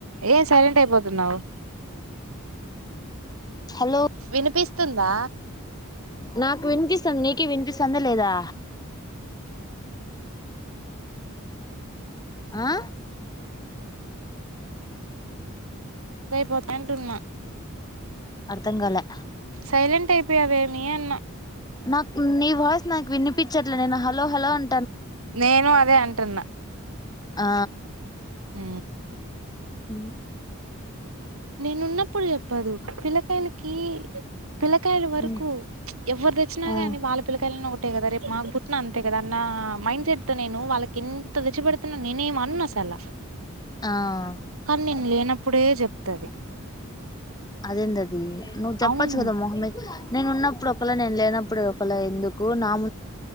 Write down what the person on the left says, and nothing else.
హలో
నాకు వినిపిస్తుంది నీకే వినిపిస్తుందా లేదా ఆ
అర్తంగాలే
నాకు నీ వాయిస్ నాకు వినిపించట్లే నేను హలో హలో అం
ఆ
ఉ
మ్మ్
ఆ
ఆ
అదే ఏందది నువ్వు చెప్పచ్చు
కదా మొహం మీ నేను ఉన్నప్పుడు ఒకళ నేను లేనప్పుడు ఒకళ ఎందుకు ఓ నామ్